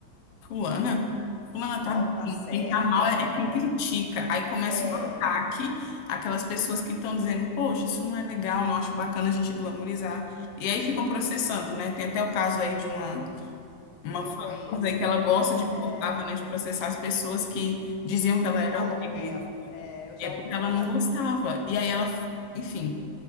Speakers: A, on the left; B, on the left.
A: fulana, fulana
B: Não
A: tá bem.
B: tá certa,
A: Quem tá mal é, é
B: é.
A: quem critica. Aí começa
B: É,
A: um ataque àquelas pessoas que estão dizendo, poxa, isso não é legal, não acho bacana a gente glamourizar. E aí ficam processando, né? Tem até o caso aí de uma, uma
B: eu
A: famosa
B: conheço.
A: aí que ela gosta de, gostava,
B: É,
A: né, de processar as pessoas que diziam que ela
B: que falam
A: era obesa.
B: dela. É, eu já
A: É porque
B: ouvi,
A: ela
B: já
A: não
B: vi.
A: gostava. E aí ela, enfim